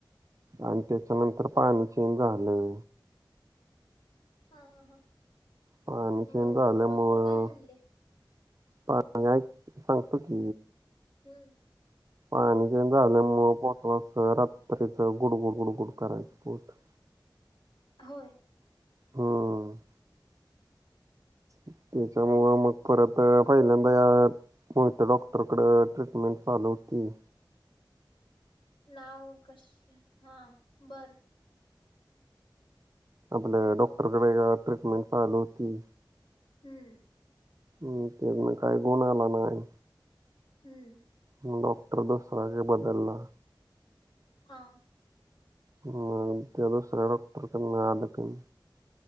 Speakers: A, on the right; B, on the left.
A: आणि त्याच्यानंतर पाणी चेंज झालं
B: हा, हा, हा
A: पाणी चेंज
B: मग
A: झाल्यामुळ
B: डॉक्टर काय म्हणले
A: पा <unintelligible>
B: हम्म
A: पाणी चेंज झाल्यामुळं पोट अस रात्रीच गुडगुड, गुडगुड करायचं पोट
B: होय
A: हम
B: <unintelligible>
A: त्याच्यामुळ मग परत पहिल्यांदा <unintelligible> होय त्या डॉक्टरकड ट्रीटमेंट चालू होती
B: नाव कशा हा बरं
A: आपल्या डॉक्टरकडे ह्या ट्रीटमेंट चालू होती
B: हम्म
A: ह त्यान काय गुण आला नाय
B: हम्म
A: म डॉक्टर दुसरा जे बदलला
B: हा
A: हा त्या दुसऱ्या डॉक्टरकडन आलं कमी